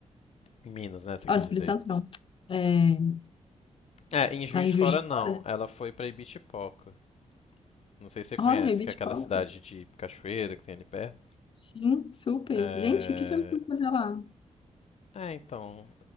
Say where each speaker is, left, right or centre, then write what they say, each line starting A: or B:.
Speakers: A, on the left; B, on the left.
A: Em Minas, né, você
B: Olha,
A: quis
B: Espírito
A: dizer.
B: Santo não. É,
A: É, em Juiz
B: lá em
A: de
B: Juiz
A: Fora
B: de
A: não,
B: Fora.
A: ela foi pra Ibitipoca. Não sei se você conhece,
B: Olha, Beach
A: que é aquela
B: Park.
A: cidade de cachoeira que tem ali perto.
B: Sim, super.
A: É,
B: Gente, o que que eu fui fazer lá?
A: É, então,